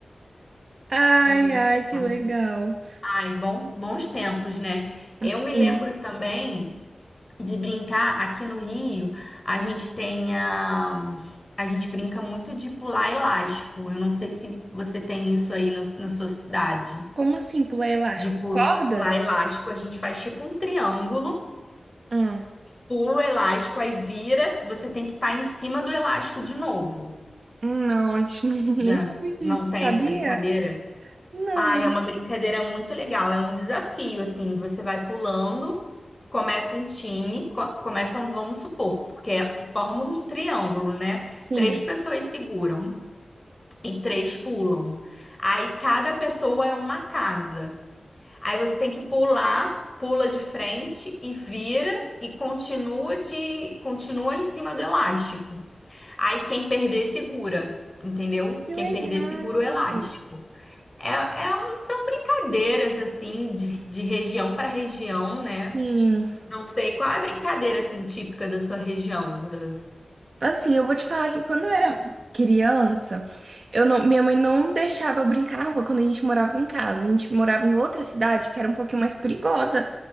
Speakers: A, on the right (about 65°); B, on the left (about 25°).
A: Ai,
B: É muito
A: ai,
B: engraçado.
A: que legal.
B: Ai, bom, bons tempos, né? Eu
A: Assim,
B: me lembro também de brincar aqui no Rio, a gente tem a, a gente brinca muito de pular elástico. Eu não sei se você tem isso aí no- na sua cidade.
A: como assim pular elástico?
B: de pu-
A: Corda?
B: pular elástico, a gente faz tipo um triângulo,
A: hum
B: pula o elástico, aí vira, você tem que estar em cima do elástico de novo.
A: não, a gente nu- <laughs>
B: Já
A: nunca viu isso,
B: não tem
A: sabia?
B: essa brincadeira?
A: Não,
B: Ah, é uma brincadeira muito legal, é um desafio, assim, você vai pulando, começa um time, co começam, vamos supor, porque forma um triângulo, né?
A: sim.
B: Três pessoas seguram e três pulam. Aí cada pessoa é uma casa. Aí você tem que pular, pula de frente e vira e continua de continua em cima do elástico. Aí quem perder segura, entendeu?
A: Que
B: Quem
A: legal.
B: perder segura o elástico. É, é um- são brincadeiras assim de, de região para região, né?
A: Sim.
B: Não sei qual é a brincadeira assim típica da sua região, da...
A: Assim, eu vou te falar que quando eu era criança, eu não, minha mãe não deixava eu brincar na rua quando a gente morava em casa. A gente morava em outra cidade que era um pouquinho mais perigosa.